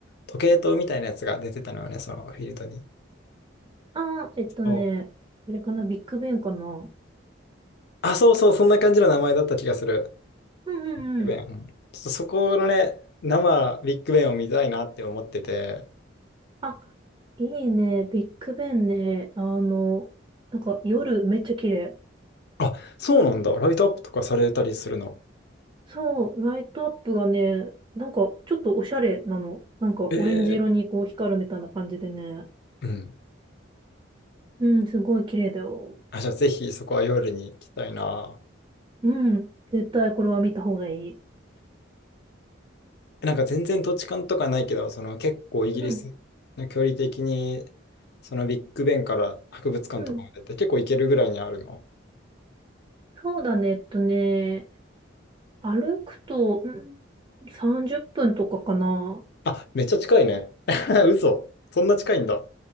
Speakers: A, on the left (about 55°); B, on the right (about 25°).
A: 時計塔みたいなやつが出てたのよね、そのフィールドに。
B: あー、えっとね、
A: そう
B: あれかな、ビッグベンかな。
A: あ、そうそう、そんな感じの名前だった気がする。
B: うんうんうん。
A: ビッグベン。うんちょっとそこのね、生ビッグベンを見たいなって思ってて、
B: あ、いいね、ビッグベンね、あの、なんか夜めっちゃ綺麗。
A: あ、そうなんだ。ライトアップとかされたりするの。
B: そう、ライトアップがね、なんかちょっとおしゃれなの。なんかオレンジ色にこう光るみたいな感じでね。
A: ええうん。
B: うん、すごい綺麗だよ。
A: あ、じゃあぜひそこは夜に行きたいな。
B: うん、絶対これは見た方がいい。
A: なんか全然土地勘とかないけど、その結構イギリスの距離的に、
B: うん、
A: そのビッグベンから博物館とかまでって結構行けるぐらいにあるの。
B: うん。そうだね、えっとね、歩くと、うん、30分とかかな。
A: あ、めっちゃ近いね。<laughs> 嘘。そんな近いんだ。